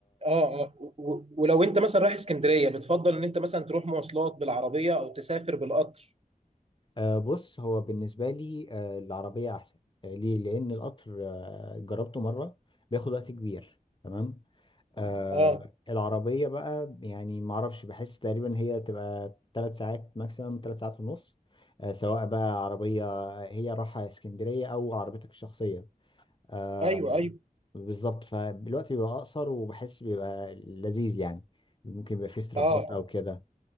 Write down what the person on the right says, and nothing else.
اه اه و- و- ولو انت مثلا رايح اسكندريه بتفضل ان انت مثلا تروح مواصلات بالعربيه او تسافر بالقطر
اه
ايوه ايوه
اه